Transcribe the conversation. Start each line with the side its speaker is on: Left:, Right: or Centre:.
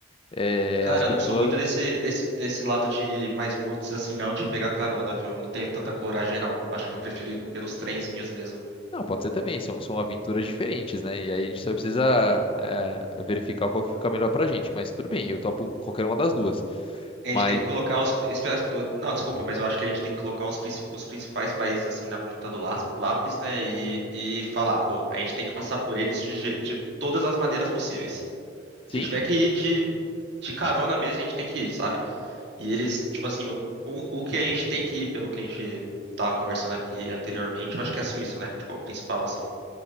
Left: é,
Right: Cara,
Left: as pessoas.
Right: eu não sou muito desse, desse, desse lado de mais roots, assim, não, de pegar carona, viu? Não tenho tanta coragem, não. Acho que eu prefiro ir pelos trenzinhos mesmo.
Left: Não, pode ser também, são, são aventuras diferentes, né? E aí a gente só precisa
Right: Uhum.
Left: é, verificar qual que fica melhor pra gente, mas tudo bem, eu topo qualquer uma das duas.
Right: A
Left: Mas
Right: gente tem que colocar os. pri- espe- Não, desculpa, mas eu acho que a gente tem que colocar os, princi- os principais países assim na ponta do lá- lápis, né? E, e falar, pô, a gente tem que passar por eles de, je- de todas as maneiras possíveis. Se
Left: sim,
Right: tiver que ir de, de carona mesmo, a gente tem que ir, sabe? E eles, tipo assim, o, o que a gente tem que ir, pelo que a gente tava conversando aqui anteriormente, eu acho que é a Suíça, né? Tipo, o principal, assim.